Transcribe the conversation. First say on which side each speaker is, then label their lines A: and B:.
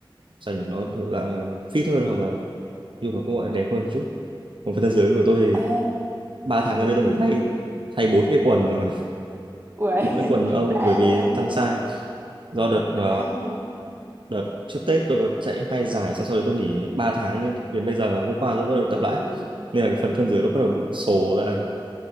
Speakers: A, on the right; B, on the right.
A: sao nhỉ nó thực ra fit hơn hoặc là dùng mà cũng gọi là đẹp hơn chút còn phần thân dưới của tôi thì
B: ê,
A: ba tháng
B: ừ,
A: gần đây tôi
B: ừ.
A: phải thay thay bốn cái quần rồi <laughs>
B: Uầy,
A: bốn cái
B: <laughs>
A: quần Âu
B: đã
A: bởi vì
B: vậy,
A: tăng size do đợt
B: đã
A: ờ,
B: vậy. hả?
A: đợt trước Tết tôi có chạy hai giải xong sau đấy tôi nghỉ ba tháng nên đến bây giờ hôm qua tôi bắt đầu
B: Ừ,
A: tập lại
B: ừ. ừ.
A: nên là cái phần thân dưới nó bắt đầu bị sồ ra